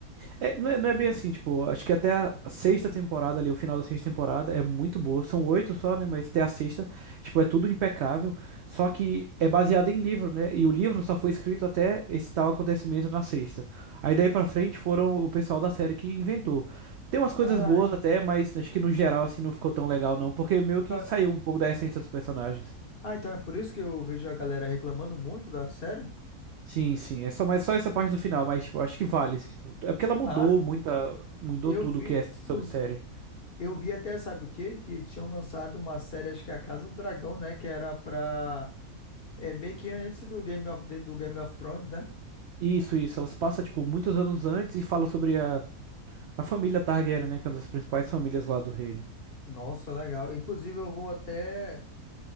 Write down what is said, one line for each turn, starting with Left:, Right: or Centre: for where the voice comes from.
Right: É, não é, não é bem assim, tipo, acho que até a sexta temporada ali, o final da sexta temporada é muito boa. São oito só, né? Mas até a sexta, tipo, é tudo impecável. Só que é baseado em livro, né? E o livro só foi escrito até esse tal acontecimento na sexta. Aí daí pra frente foram o pessoal da série que inventou. Tem umas coisas
Left: Ah,
Right: boas até, mas acho que no geral, assim, não ficou tão legal, não. Porque meio
Left: então
Right: que saiu um pouco da essência dos personagens.
Left: ah, então é por isso que eu vejo a galera reclamando muito da série?
Right: Sim, sim. É só, mas só essa parte do final, mas, tipo, acho que vale. Tipo, É porque ela mudou
Left: Ah,
Right: muita, mudou
Left: eu
Right: tudo
Left: vi,
Right: o que é sobre
Left: eu,
Right: série.
Left: eu vi até, sabe o quê? Que tinham lançado uma série, acho que é a Casa do Dragão, né? Que era pra. É meio que antes do Game of, do Game of Thrones, né?
Right: Isso, isso. Ela se passa, tipo, muitos anos antes e fala sobre a, a família Targaryen, né? Que é uma das principais famílias lá do reino.
Left: Nossa, legal. Inclusive, eu vou até